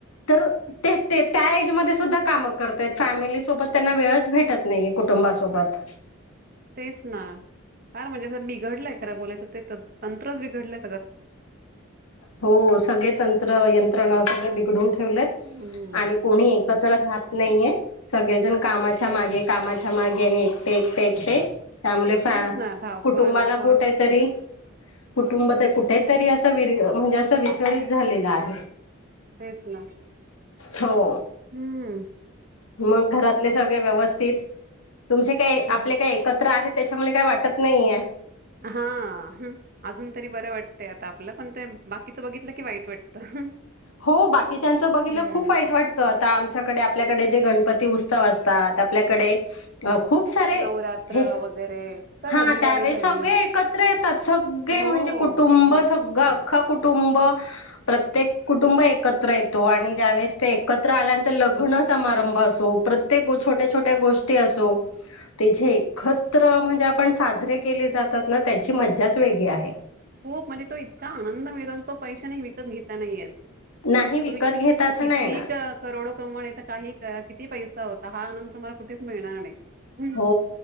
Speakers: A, on the left; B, on the right.
A: तर ते त्या एजमध्ये सुद्धा काम करतय फॅमिलीसोबत त्यांना वेळच भेटत नाही कुटुंबासोबत
B: तेच ना खर म्हणजे बिघडलंय खरं बोलायचं ते तंत्रच बिघडलं.
A: हो सगळे तंत्र यंत. बिडून ठेव
B: हम्म
A: आणि कोणी एकत्र रात नाहीये. सगळेजण कामाच्या मागे कामाच्या मागे आणि एकटे एकटे ऐकट. त्यामुळे फ
B: तेच ना धावपळ
A: कुटुंबाला
B: धावपळ
A: कुठ आहे तरी कुटुंबात
B: हम्म हम्म.
A: कुठे तरी असं विस्कळीत झालेलं आहे.
B: तेच ना
A: हो.
B: हम्म.
A: मग घरातले सगळे व्यवस्थित तुमचे काय
B: हो
A: आपले काय एकत्र आहे, त्याच्यामुळे काय वाटत नाहीये.
B: हा ह अजून तरी बरं वाटतेय, आता. आपलं पण ते बाकीच बघितलं की वाईट वाटतं.
A: हो बाकीच्याच बघितलं
B: हं.
A: खूप वाईट वाटतं आता आमच्याकडे आपल्या कडे जे गणपती उत्सव असतात. आपल्याकडे अ खूप सारे
B: नवरात्र
A: हे
B: वगैरे सगळं
A: हा
B: दिवाळी
A: त्यावेळेस
B: झाली.
A: सगळे एकत्र येतात, सगळे
B: हो,
A: म्हणजे कुटुंब
B: मस्त.
A: सगळं अख्खं कुटुंब प्रत्येक कु कुटुंब एकत्र येतो आणि ज्यावेेळे ते एकत्र आल्यानंतर लग्न समारंभ असो प्रत्येक गो छोट छोट्या छोट्या गोष्टी असो. ते जे एकत्र म्हणजे आपण साजरे केले जातात ना त्याची मज्जाच वेगळी आहे.
B: खूप म्हणजे तो इतका आनंद मिळतो ना, तो पैशाने विकत घेता नाहीेत येत.
A: नाही विकत
B: तुम्ही
A: घेताच
B: किती
A: नाही येणार
B: करोड कमवणे तर काही करा किती पैसा होता. हा आनंद तुम्हाला कुठच मिळणार नाही. हं,
A: हो